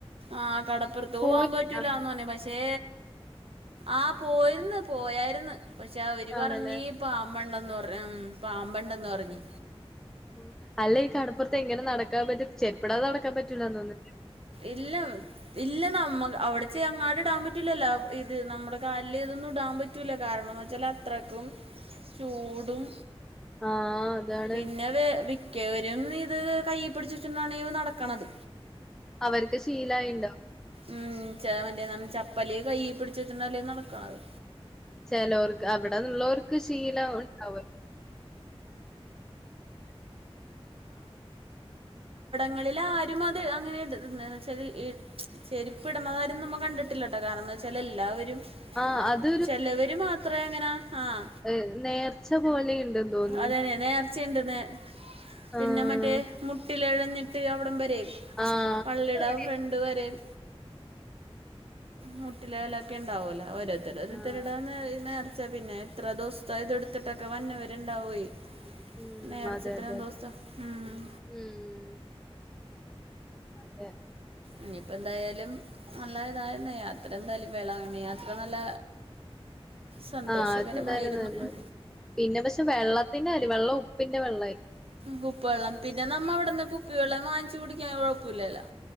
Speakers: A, on the right; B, in the centre.
A: ആഹ് കടപ്പുറത്ത്
B: പോയില്ലാന്നോ
A: പോവാൻ പറ്റൂലാന്ന് പറഞ്ഞിർന്ന് പക്ഷേ ആഹ് പോയിര്ന്ന് പോയായിരുന്ന് പക്ഷെ അവര് പറഞ്ഞീ
B: ആണല്ലേ
A: പാമ്പെണ്ടന്ന് പറഞ്ഞ് ഉം പാമ്പെണ്ടന്ന് പറഞ്ഞി
B: ഓഹ് അല്ല ഈ കടപ്പൊറത്തെങ്ങനെ നടക്കാൻ പറ്റും ചെരിപ്പിപ്പെടാതെ നടക്കാൻ പറ്റൂലാന്ന് തോന്ന്
A: ഇല്ലവ് ഇല്ല നമ്മ അവിടെച്ച അങ്ങാട് ഇടാൻ പറ്റില്ലല്ലോ ഇത് നമ്മുടെ കാലില് ഇതൊന്നും ഇടാൻ പറ്റ റ്റൂല കാരണംന്ന് വെച്ചാലത്രക്കും
B: ഉ <inaudible>
A: ചൂടും
B: ആഹ് അതാണ്
A: പിന്നെ വെ വിക്കവരും ഇത് കയ്യി പിടിച്ചെച്ചോണ്ടാണ് നടക്കണത്
B: അവർക്ക് ശീലായിണ്ടാവും
A: ഉം ച മറ്റേ ചപ്പലി കയ്യി പിടിച്ചെച്ചോണ്ടല്ലേ നടക്കണത്
B: ചെലോർക്ക് അവിടെള്ളോർക്ക് ശീലം ഉണ്ടാവല്ലോ <inaudible>
A: ങ്ങളിൽ ആരും അത് അങ്ങനെട് എന്നവച്ചാൽ ഇട് ചെരു പ്പിടുന്നതാരും നമ്മ കണ്ടിട്ടില്ലട്ടോ കാരണം ന്താ വെച്ചാല് എല്ലാവരും
B: ആഹ് അതൊരു
A: ചെലവര് മാത്രേ അങ്ങനെ ആഹ്
B: ഏഹ് നേർച്ച പോലെയിണ്ടെന്ന് തോന്നു
A: അതന്നെ നേർച്ചയിണ്ട് നേ പിന്നെ
B: ആഹ്
A: മറ്റേ മുട്ടിലെഴഞ്ഞിട്ട് അവിടം വരേം
B: ആഹ്
A: പള്ളിടെ
B: അതെവിടെയാ
A: ഫ്രണ്ട് വരേം മുട്ടിലെയലൊക്കെ ണ്ടാവല്ലോ ഓരോ ത്തരോരുത്തർടേ
B: ആഹ്
A: നേ നേർച്ച പിന്നെ എത്ര ദിവസത്തെ ഇത് ടുത്തിട്ടൊക്കെ വന്നവരുണ്ടാവെയ്
B: ഉം
A: നേർച്ച
B: അതെ
A: ത്രേം
B: അതെ അതെ
A: ദിവസം ഉം
B: ഉം അതെ
A: ഇഞ്ഞിപ്പെന്തായാലും നല്ല ഇതായിര്ന്ന യാത്ര എന്തായാലും വേളാങ്ങണ്ണി യാത്ര നല്ല സന്തോഷകരമായിരുന്നു
B: ആഹ് അത് ന്തായാലും നല്ലത്
A: ഉം.
B: പിന്നെ പക്ഷെ വെള്ളത്തിന്റെ ആര്യ വെള്ള ഉപ്പിന്റെ വെള്ള
A: ബുപ്പള്ളം പിന്നെ നമ്മ അവിടുന്ന് കുപ്പി വെള്ളം വാങ്ങിച്ച് കുടിക്കാൻ കുഴപ്പല്ലല്ലോ